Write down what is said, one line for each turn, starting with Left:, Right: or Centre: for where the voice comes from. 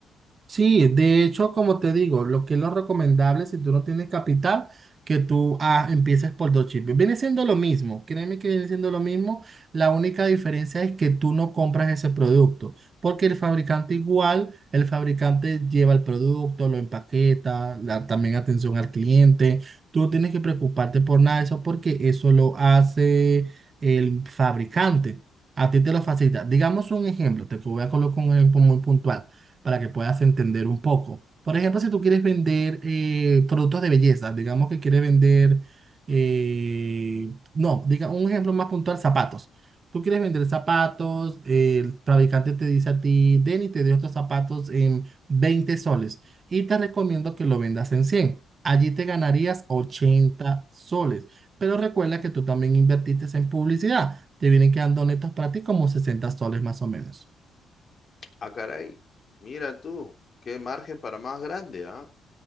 Right: Sí, de hecho, como te digo, lo que es lo recomendable si tú no tienes capital, que tú ah, empieces por dos chips. Viene siendo lo mismo, créeme que viene siendo lo mismo. La única diferencia es que tú no compras ese producto, porque el fabricante igual, el fabricante lleva el producto, lo empaqueta, la, también atención al cliente. Tú no tienes que preocuparte por nada de eso, porque eso lo hace el fabricante. A ti te lo
Left: Ujú.
Right: facilita. Digamos un ejemplo, te voy a colocar un ejemplo muy puntual para que puedas entender un poco. Por ejemplo, si tú quieres vender eh, productos de belleza, digamos que quieres vender, eh, no, diga un ejemplo más puntual, zapatos. Tú quieres vender zapatos, eh, el fabricante te dice a ti, Denny, te dio estos zapatos en 20 soles y te recomiendo que lo vendas en 100. Allí te ganarías 80 soles. Pero recuerda que tú también invertiste en publicidad. Te vienen quedando netos para ti como 60 soles más o menos.
Left: Ah, caray, mira tú, qué margen para más grande, ¿ah?